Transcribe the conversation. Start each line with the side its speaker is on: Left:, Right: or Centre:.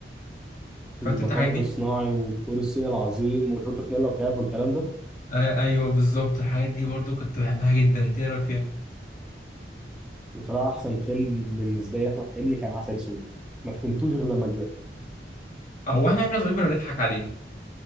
Centre: مطب
Left: اتفرجت انت الحاجات دي
Centre: صناعي وفول الصين العظيم والهوتفنيلا وكاب والكلام ده
Left: آه ايوه بالظبط الحاجات دي برضو كنت بحبها جدا انت ايه رايك فيها
Centre: بصراحة أحسن فيلم بالنسبة لي لأحمد حلمي كان عسل أسود ما فهمتوش غير لما كبرت
Left: او احنا احنا صغيرين كنا بنضحك عليه